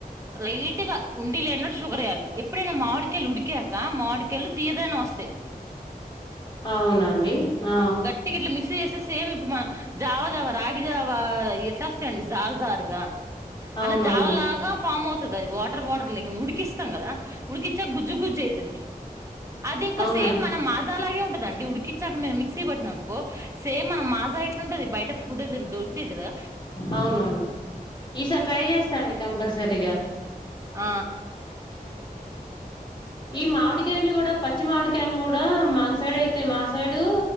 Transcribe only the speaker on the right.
లైట్ గా ఉండి లేనట్టు షుగర్ వేయాలి ఎప్పుడైనా మామిడికేళ్ళు ఉడికాక మామిడికేళ్ళు తీయదనము వస్తాయి
ఇట్ల మిక్స్ చేస్తే సేమ్ ఇప్పుడు మా జావ జావ రాగి జావా ఎట్లస్తాయండి జారు జారుగా
అట్ల జావలాగా ఫామ్ అవుతది అది వాటర్ వాటర్ లేకుండ ఉడికిస్తం గదా ఉడికిచ్చాక గుజ్జు గుజ్జు అయితది అది ఇంకా
సేమ్ మన మాజాలాగే ఉంటదండి ఉడికిచ్చాక మేం మిక్ క్సీ పట్టినం అనుకో సేమ్ మన మాజా ఎట్లుంటది బయట ఫుడ్ దిన్ దొరుకతయ్ గదా!
ఆ